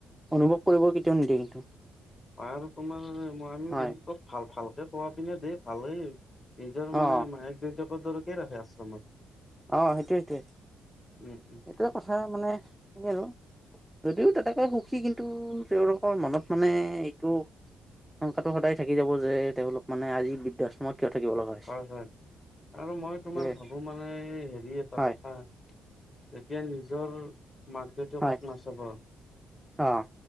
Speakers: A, in the centre; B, on the left.
A: অনুভৱ কৰিব কেতিয়াও নিদিয়ে কিন্তু
B: অ' আৰু তোমাৰ মই আমিও
A: হয়
B: দেখিছো তত ভাল ভালকে খোৱা পিনে দেই ভালেই নিজৰ মানে
A: অ
B: মায়ে দুৰ্যগত ধৰকেই ৰাখে আশ্ৰমত
A: অ' সেইটোৱ সেইটোৱ,
B: উম উম
A: এইটো কথা মানে আৰু যদিও তেনেকৈ সুখী কিন্তু তেওঁলোকৰ মনত মানে এইটো সংংকাটো সদায় থাকি যাব যে তেওঁলোক মানে আজি বৃদ্ধাশ্ৰমত কিয় থাকিব লগা হৈছে।
B: হয় হয় আৰু মই
A: সেইটোৱে
B: তোমাৰ ভাবো মানে হেৰি এটা
A: হয়
B: কথা তেতিয়া নিজৰ মাক দেউতাকক
A: হয়
B: নাচাব
A: অ'